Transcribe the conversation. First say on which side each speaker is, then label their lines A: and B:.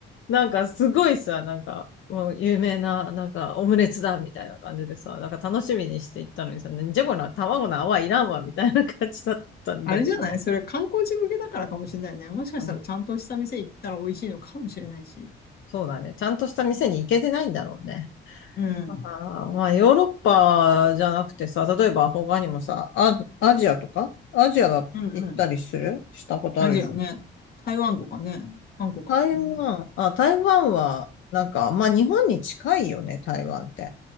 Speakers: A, on the left (about 75°); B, on the left (about 50°).
A: なんかすごいさ、なんか、もう有名な、なんかオムレツだみたいな感じでさ、なんか楽しみにして行ったのにさ、なんじゃこの卵の泡いらんわみたいな感じだったんだけど。
B: あれじゃないそれ観光地向けだからかもしれないね。もしかしたらちゃんとした店行ったら美味しいのかもしれないし。
A: うんそうだね。ちゃんとした店に行けてないんだろうね。
B: うん。
A: あーまあ、ヨーロッパじゃなくてさ、例えば他にもさ、ア、アジアとかアジアが行ったりするしたことあるでしょ
B: うんうん。アジアね。台湾とかね。韓国とかね。
A: 台湾、あ、台湾は、なんか、まあ日本に近いよね、台湾って。